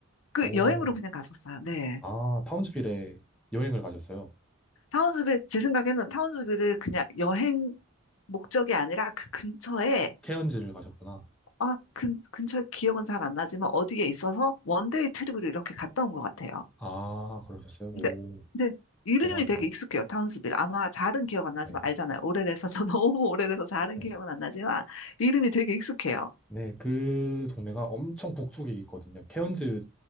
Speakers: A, on the left; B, in the centre.
A: 그
B: 오,
A: 여행으로 그냥 갔었어요. 네.
B: 아 타운즈빌에 여행을 가셨어요?
A: 타운스빌, 제 생각에는 타운스빌을 그냥 여행 목적이 아니라 그 근처에
B: 케언즈를 가셨구나.
A: 아, 근, 근처 기억은 잘 안 나지만 어디에 있어서 원데이 트립으로 이렇게 갔다 온 것 같아요.
B: 아 그러셨어요? 오
A: 근데, 근데 이름이
B: 대박이다.
A: 되게 익숙해요. 타운스빌. 아마 잘은 기억 안 나지만
B: 네,
A: 알잖아요. 오래돼서 저 <laughs> 너무 오래돼서 잘은
B: 네,
A: 기억은 안 나지만 이름이 되게 익숙해요.
B: 네. 그 동네가 엄청 북쪽에 있거든요. 케언즈는